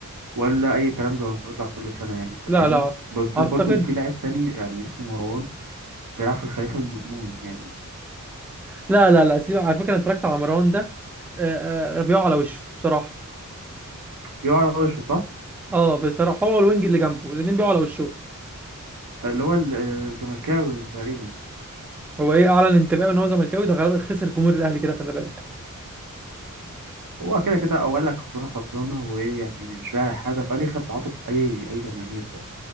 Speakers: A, on the right; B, in the centre.
A: ولا أي كلام زي ما بيطلع كل سنة يعني أنت
B: لا
A: فاهمني
B: لا
A: بالذات
B: اعتقد
A: برضو إن في لاعب تاني يعني اسمه مروان بيلعب في الخليفة المأمون يعني
B: لا لا لا سيبك على فكره انا اتفرجت على مروان ده آه، آه، بيقع على وشه بصراحه
A: بيقع على وشه صح؟
B: اه بصراحه هو الوينج اللي جنبه الاثنين بيقعوا على وشه
A: اللي هو ال- آه، الزملكاوي تقريبا
B: هو ايه اعلن انتباهه ان هو زملكاوي ده غالبا خسر جمهور الاهلي كده خلي بالك
A: هو كده كده أول لك خسرانة خسرانة وإيه يعني مش بايع حاجة فقال يكسب تعاطف أي أي جماهير بقى